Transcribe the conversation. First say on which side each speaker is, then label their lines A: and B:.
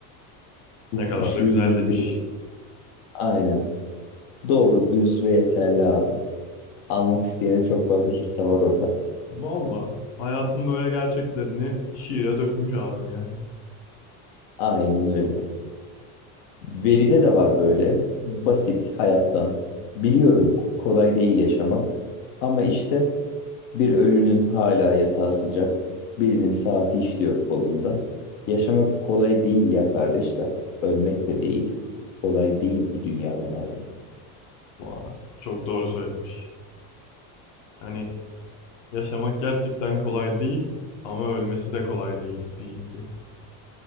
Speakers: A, on the left; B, on the left.
A: Bu,
B: Ne kadar
A: bu şiirimi
B: da güzel demiş.
A: biliyorum. Aynen. Doğru, düz ve yeterli abi. Almak isteyene çok fazla hisse var orada.
B: Valla hayatın böyle gerçeklerini şiire dökmüş abim yani.
A: Aynen öyle. Veli'de de var böyle. Basit hayattan. Biliyorum kolay değil yaşamak. Ama işte Bir ölünün hala yatağı sıcak, birinin saati işliyor kolunda. Yaşamak kolay değil ya kardeşler. Ölmek de değil. Kolay değil bu dünyadan ayrılmak.
B: Vay, çok doğru söylemiş. Hani yaşamak gerçekten kolay değil ama ölmesi de kolay değil ciddi ciddi.